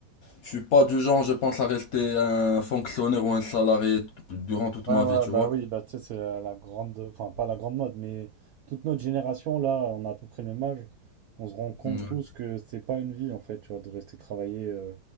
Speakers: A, on the left; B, on the right.
A: Je suis pas du genre, je pense, à rester un fonctionnaire ou un salarié t- durant toute
B: Ouais,
A: ma
B: ouais,
A: vie, tu
B: bah
A: vois.
B: oui, bah tu sais, c'est la, la grande, enfin pas la grande mode, mais toute notre génération, là, on a à peu près le même âge, on se rend compte
A: Mm.
B: tous que c'est pas une vie, en fait, tu vois, de rester travailler, euh,